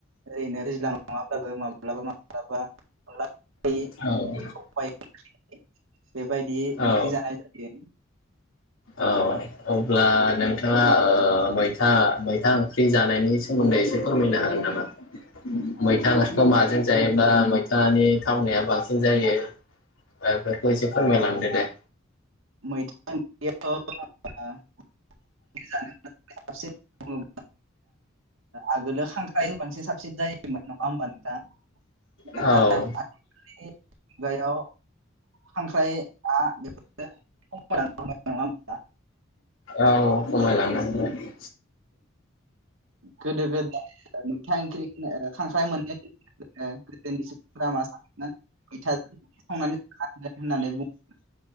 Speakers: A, on the right (about 80°); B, on the left (about 80°).
A: ओरैनो दैज्लां नङाब्लाबो माब्लाबा माब्लाबा अनला <unintelligible>
B: औ
A: सबाइ <inaudible> बेबायदि
B: औ
A: ओंख्रि जानाय जायो
B: औ अब्ला नोंथाङा ओ मैथा मैथा ओंख्रि जानायनि सोमोन्दै एसे फोरमायनो हागोन नामा मैथा ओंख्रिखौ माजों जायोब्ला मैथानि थावनाया बांसिन जायो बेफोरखौ एसे फोरमायलांदो दे
A: मैथा ओंख्रैयाथ ओ ज <unintelligible> से <unintelligible> ओ आगो लोलो खांख्राय बांसिन साबसिन जायोमोन नङा होमबा नोंथां? नाथाय
B: औ
A: <unintelligible> खांख्राय आ बेफोर खमाय लांनो हमबाय नंङा होमबा?
B: औ खमाय लांनो हमबाय
A: गोदो गोदाय था ओंख्रि होनना ओ खांख्राइ मोननाय ओ गोदोनि सुबुंफोरा मा सानो मैथाजों जागोन होननानै बुंङो